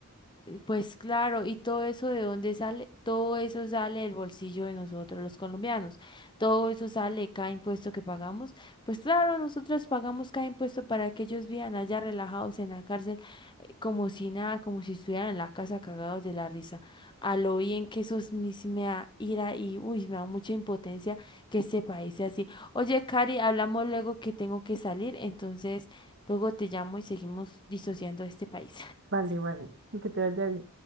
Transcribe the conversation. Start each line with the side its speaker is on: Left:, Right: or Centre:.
Left: Eh, Pues claro, ¿y todo eso de dónde sale? Todo eso sale del bolsillo de nosotros, los colombianos. Todo eso sale de cada impuesto que pagamos. Pues claro, nosotros pagamos cada impuesto para que ellos vivan allá relajados en la cárcel, eh, como si nada, como si estuvieran en la casa cagados de la risa. A lo bien que eso es mis- me da ira y, uy, me da mucha impotencia que este país sea así. Oye, Cari, hablamos luego que tengo que salir, entonces luego te llamo y seguimos disociando este país.
Right: Vale, vale. Que te vaya bien.